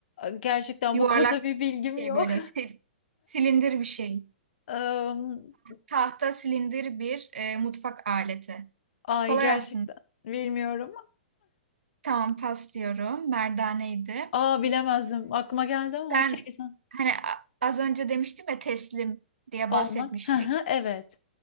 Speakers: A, on the left; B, on the right.
A: gerçekten
B: Yuvarlak
A: bu konuda bir bilgim
B: bir
A: yok.
B: şey böyle sil- silindir bir şey.
A: <laughs> Ee,
B: Tahta silindir bir e, mutfak aleti.
A: Ay
B: Kolay
A: gerçekten
B: aslında.
A: bilmiyorum.
B: Tamam pas diyorum. Merdaneydi.
A: Aa bilemezdim. Aklıma geldi ama
B: Ben
A: şey sen-
B: hani a- az önce demiştim ya teslim diye
A: olmak.
B: bahsetmiştik.
A: Hı hı, Evet.